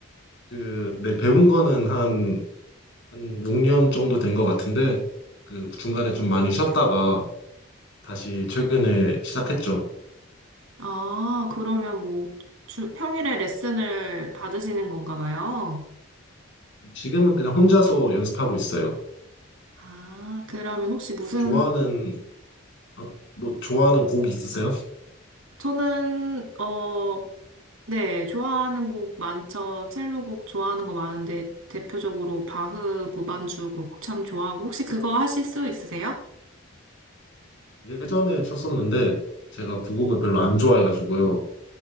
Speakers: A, on the left; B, on the right.
A: 그, 네, 배운 거는 한 한 6년 정도 된 것 같은데 그 중간에 좀 많이 쉬었다가 다시 최근에 시작했죠.
B: 아, 그러면 뭐, 주, 평일에 레슨을 받으시는 건가 봐요?
A: 지금은 그냥 혼자서 연습하고 있어요.
B: 아, 그러면 혹시 무슨,
A: 좋아하는 어, 뭐 좋아하는 곡 있으세요?
B: 저는, 어, 네, 좋아하는 곡 많죠. 첼로 곡 좋아하는 거 많은데, 대표적으로 바흐 무반주 곡 참 좋아하고, 혹시 그거 하실 수 있으세요?
A: 예전에 쳤었는데 제가 그 곡을 별로 안 좋아해가지고요.